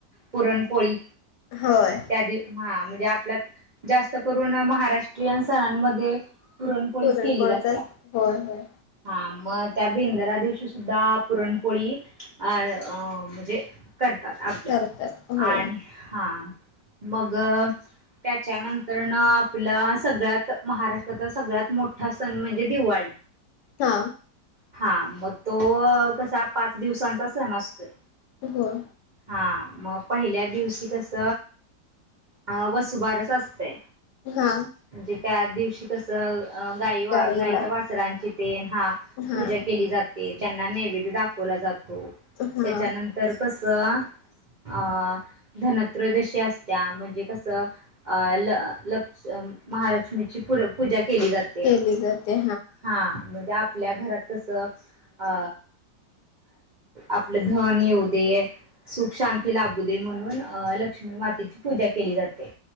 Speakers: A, on the right; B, on the left.
A: पुरणपोळी
B: होय
A: त्या <unintelligible> म्हणजे आपल्यात जास्त करून महाराष्ट्रीयन सणांमध्ये पुरणपोळीच
B: पुरणपोळीचा
A: केली जात त्या
B: होय होय
A: हा मग त्या भिंदरा दिवशी सुद्धा पुरणपोळी म्हणजे करतात आपलं
B: करतात होय
A: आणि हा मग त्याच्यानंतरन आपला सगळ्यात महाराष्ट्रात सगळ्यात मोठा सण म्हणजे दिवाळी
B: हा
A: हा मग तो कसा पाच दिवसांचा सण असतोय
B: होय
A: हा मग पहिल्या दिवशी कस अ वसुबारच असतंय
B: हा
A: म्हणजे त्या दिवशी कसं अ गाई
B: गाईला
A: गाईच्या वासरांची ते हा
B: हा
A: पूजा केली जाते त्यांना नैवेद्य दाखव ला जातो
B: हा
A: त्याच्यानंतर कसं अ धनत्रयदशी असत्या म्हणजे कसं अ ल <unintelligible> लक्ष महालक्ष्मीची पूजा केली जाते
B: केली जाते
A: हा आपल्या घरात कस अ आपलं धन येऊनं दे सुख शांती लाभू दे म्हणून अ लक्ष्मी मातेची पूजा केली जाते